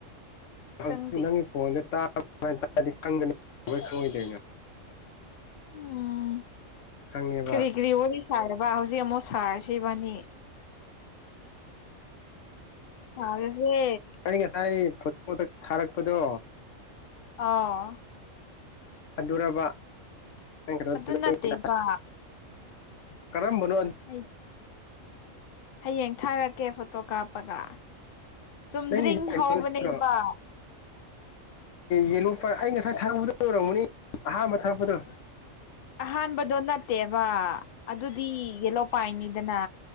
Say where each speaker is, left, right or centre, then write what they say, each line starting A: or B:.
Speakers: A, on the left; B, on the left.
A: ꯍꯧꯖꯤ
B: ꯈꯪꯗꯦ
A: ꯅꯪꯒꯤ ꯐꯣꯟꯁ ꯇꯥ ꯇꯗꯤꯅꯤ ꯈꯪꯉꯣꯏꯗꯦ
B: ꯎꯝ
A: ꯈꯪꯉꯦꯕ
B: ꯀꯔꯤ ꯀꯔꯤ ꯑꯣꯗꯤ ꯁꯔ ꯕꯥ ꯍꯧꯖꯤꯛ ꯑꯃꯨ ꯁꯥꯔꯁꯕꯥꯅꯤ ꯁꯥꯔꯁꯦ
A: ꯅꯤꯡ ꯁꯥꯏ ꯄꯗꯛ ꯊꯥꯔꯛꯄꯗꯣ
B: ꯑꯥ
A: ꯑꯗꯨꯔꯕ ꯅꯪ ꯀꯩꯅꯣ
B: ꯑꯗꯨ ꯅꯠꯇꯦꯕ
A: ꯀꯔꯝꯕꯅꯣ
B: ꯑꯩ ꯍꯌꯦꯡ ꯊꯥꯔꯛꯀꯦ ꯐꯣꯇꯣ ꯀꯥꯞꯄꯒ ꯆꯨꯝꯗ꯭ꯔꯤꯡ
A: ꯅꯪꯒꯤꯁꯤ ꯀꯩꯅꯣ
B: ꯍꯧꯕꯅꯦꯕ
A: ꯌꯦꯉꯣ ꯑꯩ ꯉꯁꯥꯏ ꯊꯥꯔꯗ ꯔꯥꯎ ꯃꯅꯤ ꯑꯍ ꯍꯝꯕ ꯊꯥꯡꯄꯗꯣ
B: ꯑꯍꯥꯟꯕꯗꯣ ꯅꯠꯇꯦꯕ ꯑꯗꯨꯗꯤ ꯌꯦꯂꯣꯄꯥꯏꯅꯤꯗꯅ